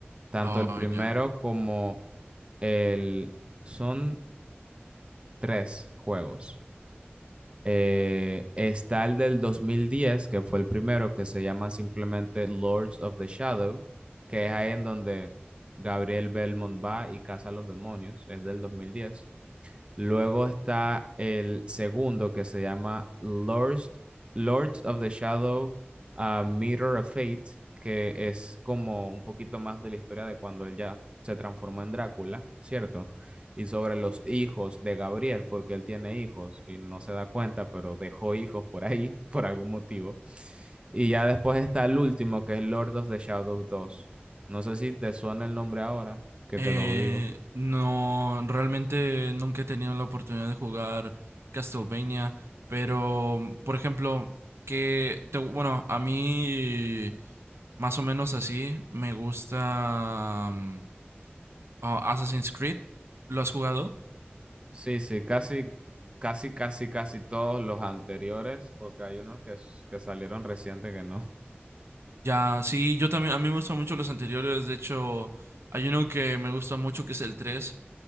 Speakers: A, on the right (about 25°); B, on the right (about 85°).
A: Tanto
B: Oh,
A: el primero
B: ya.
A: como el... Son tres juegos. Eh, está el del 2010, que fue el primero, que se llama simplemente Lords of the Shadow, que es ahí en donde Gabriel Belmont va y caza a los demonios. Es del 2010. Luego está el segundo que se llama Lords, Lords of the Shadow, uh, Mirror of Fate, que es como un poquito más de la historia de cuando él ya se transformó en Drácula, ¿cierto? Y sobre los hijos de Gabriel, porque él tiene hijos y no se da cuenta, pero dejó hijos por ahí, <laughs> por algún motivo. Y ya después está el último, que es Lord of the Shadows dos No sé si te suena el nombre ahora, que te
B: Eh,
A: lo digo.
B: no, realmente nunca he tenido la oportunidad de jugar Castlevania, pero, mm, por ejemplo, que, te- bueno, a mí más o menos así me gusta mm, ah, Assassin's Creed. ¿Lo has jugado?
A: Sí, sí, casi, casi, casi, casi todos los anteriores, porque hay unos que, s- que salieron reciente que no.
B: Ya, sí, yo también, a mí me gustan mucho los anteriores, de hecho, hay uno que me gusta mucho que es el tres